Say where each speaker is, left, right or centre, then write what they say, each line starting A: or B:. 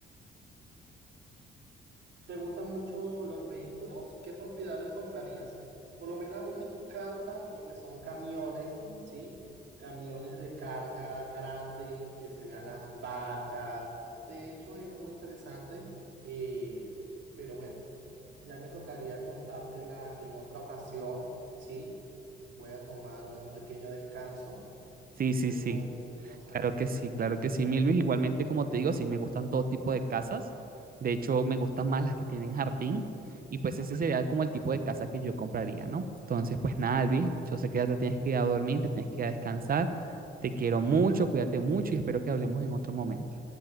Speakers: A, on the right; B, on the right.
A: ¿Te gustan mucho los vehículos? ¿Qué propiedades comprarías? Por lo menos a mí me encantan lo que son camiones, ¿sí? Camiones de carga grande, que se vean las vacas. De hecho, hay algo muy interesante, eh, pero bueno, ya me tocaría contártela en otra ocasión, ¿sí? Voy a tomar un pequeño descanso,
B: Sí,
A: luego
B: sí, sí,
A: nos
B: claro
A: hablamos.
B: que sí, claro que sí, Milvis. Igualmente, como te digo, sí, me gustan todo tipo de casas. De hecho, me gustan más las que tienen jardín. Y pues ese sería como el tipo de casa que yo compraría, ¿no? Entonces, pues nada, Alvis, yo sé que ya te tienes que ir a dormir, te tienes que ir a descansar. Te quiero mucho, cuídate mucho y espero que hablemos en otro momento.